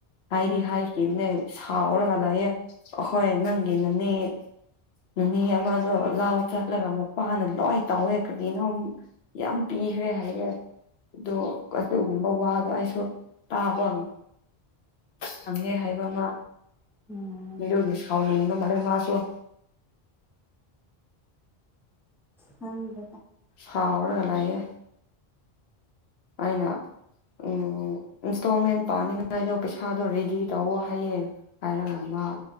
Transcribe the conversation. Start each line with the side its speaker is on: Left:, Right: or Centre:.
Left: ꯍꯥꯏꯗꯤ
Centre: ꯎꯝ
Left: ꯍꯥꯏ ꯅꯦ ꯁꯥꯎꯔꯒ ꯂꯥꯛꯑꯦ ꯑꯩꯈꯣꯏ ꯅꯪꯒꯤꯅꯅꯦ ꯅꯨꯅꯤ ꯑꯃꯗꯣ ꯂꯥꯎ ꯆꯠꯂꯒ ꯃꯄꯥꯅ ꯂꯣꯏ ꯇꯥꯎꯋꯦ ꯀꯗꯤꯅꯣ ꯌꯥꯝ ꯄꯤꯈ꯭ꯔꯦ ꯍꯥꯏꯌꯦ ꯑꯗꯣ ꯑꯗꯨꯒꯨꯝꯕ ꯋꯥꯗꯣ ꯑꯩꯁꯨ ꯇꯥꯕꯪ ꯐꯪꯉꯦ ꯍꯥꯏꯕ ꯑꯃ
Centre: ꯎꯝ
Left: ꯃꯤꯒꯤ ꯁꯥꯎꯅꯤꯡꯉ ꯃ ꯃꯥꯁꯨꯣ
Centre: ꯍꯪꯗ
Left: ꯍꯥꯎ ꯑꯣꯅꯒ ꯂꯌꯦ ꯑꯅ ꯎꯝ ꯏꯟꯁꯇꯣꯜꯃꯦꯟ ꯄꯥꯅꯤꯉꯥꯏꯗꯣ ꯄꯩꯁꯥꯗꯣ ꯔꯦꯗꯤ ꯇꯧꯋ ꯍꯥꯏꯌꯦꯦ ꯍꯥꯏꯔꯒ ꯅ